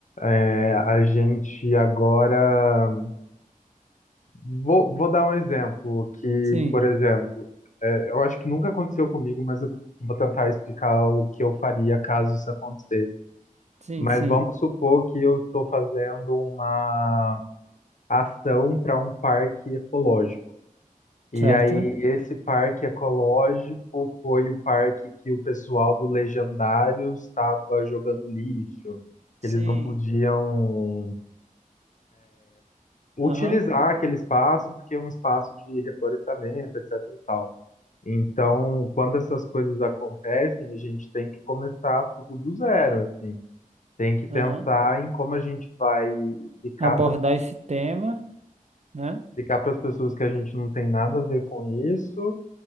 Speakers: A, on the left; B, on the right.
A: é, a gente agora. Vou, vou dar um exemplo que,
B: sim,
A: por exemplo, é, eu acho que nunca aconteceu comigo, mas eu vou tentar explicar o que eu faria caso isso acontecesse.
B: sim,
A: Mas
B: sim.
A: vamos supor que eu estou fazendo uma ação para um parque ecológico. E
B: Certo?
A: aí, esse parque ecológico foi o parque que o pessoal do Legendário estava jogando lixo. Eles
B: Sim.
A: não podiam utilizar
B: Aham,
A: aquele espaço porque é um espaço de reflorestamento, etc e tal. Então, quando essas coisas acontecem, a gente tem que começar tudo do zero, assim. Tem que pensar
B: aham.
A: em como a gente vai explicar
B: Abordar esse tema, né?
A: explicar para as pessoas que a gente não tem nada a ver com isso